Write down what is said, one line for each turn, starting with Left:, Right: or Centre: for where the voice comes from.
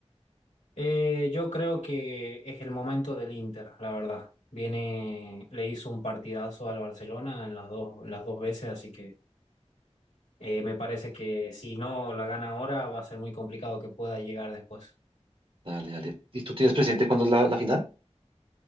Left: Eh, yo creo que es el momento del Inter, la verdad. Viene, le hizo un partidazo al Barcelona en las dos, en las dos veces, así que eh, me parece que si no la gana ahora va a ser muy complicado que pueda llegar después.
Right: Dale, dale. ¿Y tú tienes presente cuándo es la, la final?